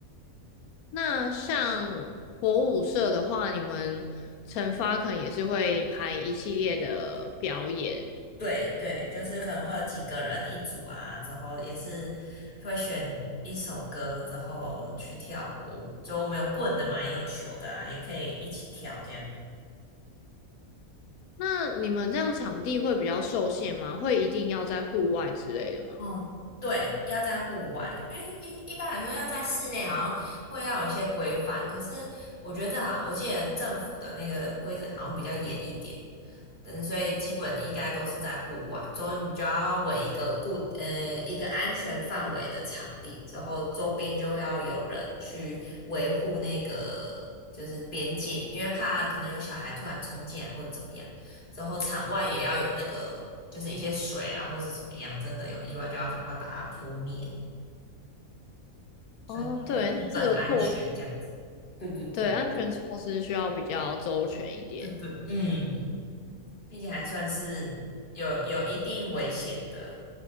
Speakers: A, on the left (about 85°); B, on the left (about 35°).
A: 那像火舞社的话，你们惩罚可能也是会排一系列的表演。
B: 对对，就是可能会有几个人一组啊，之后也是会选一首歌之后去跳火舞，就我们有棍的嘛，也有球的啊，也可以一起跳这样。
A: 那你们这样场地会比较受限吗？会一定要在户外之类的吗？
B: 哦，对，要在户外，因为一一般来说要在室内好像会要有一些规范，可是我觉得这好我记得政府的那个规则好像比较严一点，嗯，所以基本应该都是在户外，之后你就要围一个固呃一个安全范围的场地，之后周边就要有人去维护那个就是边界，因为怕可能有小孩突然冲进来或者怎么样。之后场外也要有那个，就是一些水啊，或是怎么样，真的有意外就要赶快把它扑灭，算是一个基本安全这样子。
A: 哦，对，这个措施，
B: 对对对，
A: 对，安全措施需要比较周全一点。
B: 对对，嗯，嗯毕竟还算是有有一定危险的，